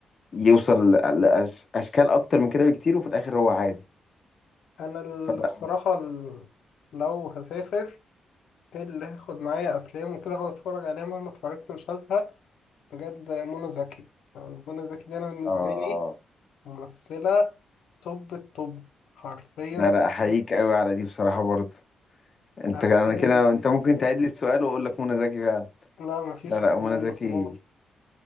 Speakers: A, on the left (about 30°); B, on the left (about 70°).
A: يوصل لأش- اشكال اكتر من كده بكتير وفي الاخر هو عادي
B: انا اللي
A: فلا
B: بصراحة ال- لو هسافر إيه اللي هاخد معايا افلام وكده اقعد اتفرج عليها مهما اتفرجت مش هزهق بجد منى زكي يعني منى زكي دي انا بالنسبة
A: اه
B: لي ممثلة توب التوب حرفيا
A: ده لا احييك قوي على دي بصراحة برضه انت
B: أفلام
A: انا كده
B: ومسلسلات
A: انت ممكن تعيد لي السؤال واقول لك منى زكي فعلا
B: لا مفيش
A: لا لا
B: الكلام
A: منى زكي
B: ده خلاص